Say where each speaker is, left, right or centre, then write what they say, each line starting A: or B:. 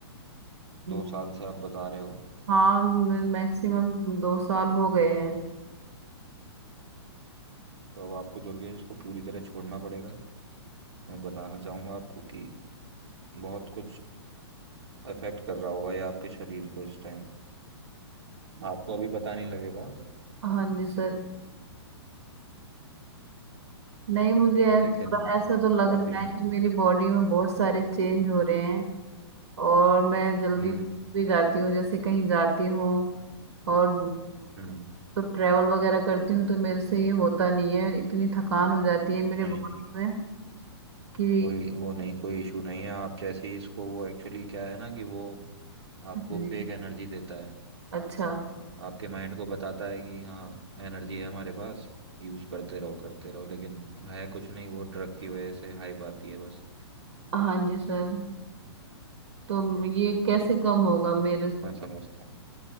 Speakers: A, on the right; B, on the right.
A: हम्म,
B: दो साल से आप बता रहे हो
A: हाँ मैक्सिमम दो साल हो गए हैं
B: तो अब आपको दुर्गेश को पूरी तरह छोड़ना पड़ेगा मैं बताना चाहूंगा आपको कि बहुत कुछ अफेक्ट कर रहा होगा ये आपके शरीर को इस टाइम आपको अभी पता नहीं लगेगा
A: हाँ जी सर नहीं मुझे ऐस-
B: लेकिन
A: थोड़ा ऐसा तो लग
B: काफी
A: रहा है
B: हाँ
A: कि मेरी बॉडी में बहुत सारे चेंज हो रहे हैं और मैं जल्दी
B: हम्म
A: भी जाती हूँ जैसे कहीं जाती हूँ और
B: हम्म
A: तो ट्रैवल वगैरह करती हूँ तो मेरे से ये होता नहीं है इतनी थकान हो जाती है मेरे
B: नहीं
A: बॉडी
B: नहीं
A: में कि
B: कोई वो नहीं कोई इशू नहीं है आप जैसे ही इसको वो एक्चुअली क्या है ना कि वो आपको
A: जी।
B: फेक एनर्जी देता है
A: अच्छा
B: आपके माइंड को बताता है कि हाँ एनर्जी है हमारे पास यूज करते रहो करते रहो लेकिन है कुछ नहीं वो ड्रग की वजह से हाइप आती है बस
A: हाँ जी सर तो ये कैसे कम होगा मेरे से?
B: मैं समझता हूँ